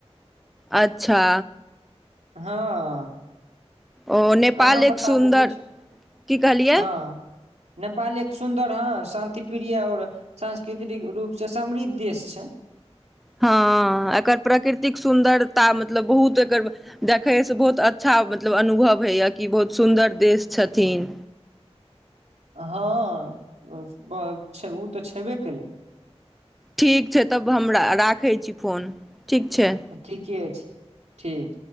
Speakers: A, in the centre; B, on the right.
A: अच्छा
B: हँ।
A: ओ नेपाल
B: अहाँ बताबू
A: एक सुन्दर,
B: कुछ
A: की कहलियै
B: हँ नेपाल एक सुन्दर हँ शान्तिप्रिय आओर सांस्कृतिक रूपसँ समृद्ध देश छै।
A: हँ एकर प्रकृतिक सुन्दरता मतलब बहुत एकर देखयसँ बहुत अच्छा मतलब अनुभव होइए कि बहुत सुन्दर देश छथिन।
B: हँ ओ तऽ छबे केलै
A: ठीक छै तब हम र राखै छी फोन। ठीक छै
B: ठीके छै ठीक